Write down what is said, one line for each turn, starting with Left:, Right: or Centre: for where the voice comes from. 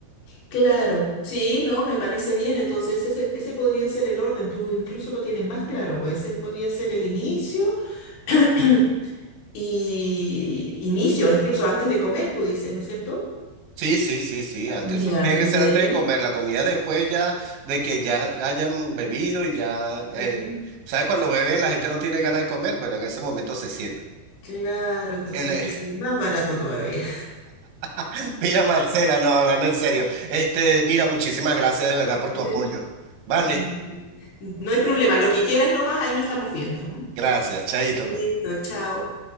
Left: Claro. Sí, no, me parece bien. Entonces, ese, ese podría ser el orden. Tú incluso lo tienes más claro, pues ese podría ser el inicio. <clears throat> y inicio, incluso antes de comer, tú dices, ¿no es cierto?
Right: Sí, sí, sí, sí, antes,
Left: Ya,
Right: eso tiene que
Left: Y
Right: ser
Left: de
Right: antes
Left: ahí,
Right: de comer, la comida después ya de que ya hayan bebido y ya, eh,
Left: Ujú.
Right: ¿sabes? Cuando bebe la gente no tiene ganas de comer, bueno, en ese momento se sirve.
Left: claro, entonces
Right: El, eh,
Left: ahí te sale más barato todavía.
Right: <laughs> mira, Marcela, no, hablando en serio, este, mira, muchísimas gracias de verdad por tu
Left: <laughs>
Right: apoyo. Vale,
Left: Ujú. No hay problema, lo que quieras nomás, ahí no estamos viendo. ¿m?
Right: gracias, Chaito,
Left: Listo,
Right: pues.
Left: chao.